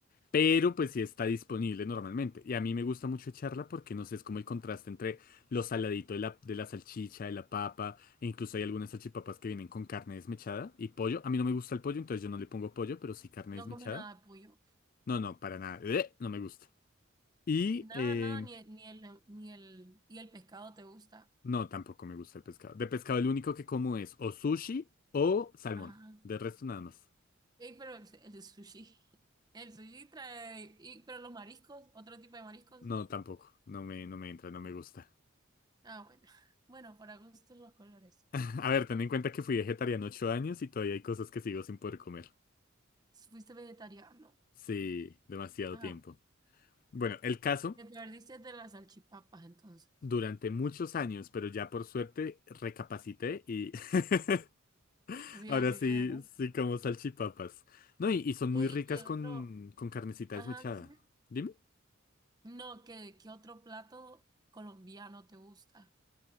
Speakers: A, on the left; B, on the right.
A: Pero pues sí está disponible normalmente. Y a mí me gusta mucho echarla porque no sé, es como el contraste entre lo saladito de la, de la salchicha, de la papa. E incluso hay algunas salchipapas que vienen con carne desmechada y pollo. A mí no me gusta el pollo, entonces yo no le pongo pollo, pero sí carne desmechada.
B: No comes nada de pollo.
A: No, no, para nada. <smacks lips> No me gusta. Y
B: Nada,
A: em,
B: nada, ni, el- ni el, ni el, y el pescado te gusta.
A: No, tampoco me gusta el pescado. De pescado, el único que como es o sushi o salmón.
B: Ajá.
A: De resto, nada más.
B: Ey, pero el, el sushi. <laughs> El sushi trae, y, pero los mariscos, otro tipo de mariscos.
A: No, tampoco. No me, no me entra, no me gusta.
B: Ah, bueno. <laughs> Bueno, para gustos los colores.
A: <laughs> A ver, ten en cuenta que fui vegetariano ocho años y todavía hay cosas que sigo sin poder comer.
B: Fuiste vegetariano.
A: Sí, demasiado
B: Ah,
A: tiempo. Bueno, el caso,
B: te perdiste de las salchipapas entonces.
A: durante muchos años, pero ya por suerte recapacité y <laughs>
B: Sí,
A: ahora
B: así
A: sí,
B: de.
A: sí como salchipapas. No, y, y son
B: Ey,
A: muy ricas
B: y otro,
A: con, con carnecita
B: ajá,
A: desmechada.
B: decime.
A: Dime.
B: No, ¿qué, qué otro plato colombiano te gusta?